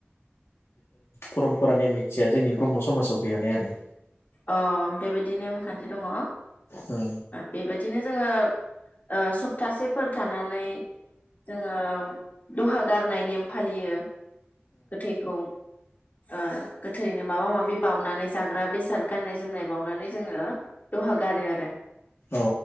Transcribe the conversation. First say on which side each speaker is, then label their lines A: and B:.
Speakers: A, on the left (about 85°); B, on the left (about 45°).
A: परम्परानि मिथिया जोंनि ब्रह्म समाजाव गैयालाय आरो
B: अ बेबायदि नेमखान न्थि दङ
A: औ
B: बेबायदिनो जोङो ओ सप्तासेफोर थानानै जोङो दहा गारनाय नेम फालियो गोथैखौ ओ गोथैनो माबा माबि बावनानै जाग्रा बेसाद गाननाय जोमनाय बावनानै जोङो दहा गारो आरो
A: अ